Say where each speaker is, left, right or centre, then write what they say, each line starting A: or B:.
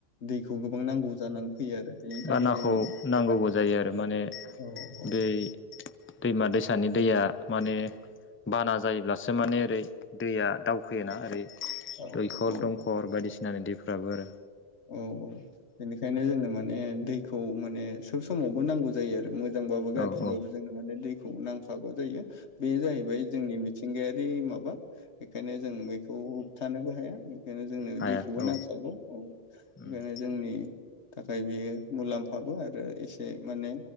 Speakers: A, on the left; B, on the left.
A: दैखौ गोबां नांगौ जानानै फैयो आरो बेनि थाखाय
B: बानाखौ
A: जोंनि
B: नांगौबो
A: माने
B: जायो आरो माने
A: औ औ
B: दै दै दैमा दैसानि दैया माने बाना जायोब्लासो माने ओरै दैया दावखोयोना ओरै
A: औ
B: दैखर
A: औ
B: दंखर बायदिसिनानि दैफ्राबो आरो
A: औ औ बेनिखायनो जोंनो माने दैखौ माने सोब समावबो नांगौ जायो आरो मोजांबाबो गाख्रिबाबो
B: औ औ
A: जोनो माने खौ नांखागौ जायो बे जाहैबाय जोंनि मिथिंगायारि माबा बेखायनो जों बेखौ खौ होबथानोबो हाया ओंखायनो जोंनो
B: हाया
A: दैखौबो
B: औ
A: नांखागौ औ
B: उम
A: ओंखायनो जोंनि थाखाय बियो मुलाम्फाबो आरो एसे माने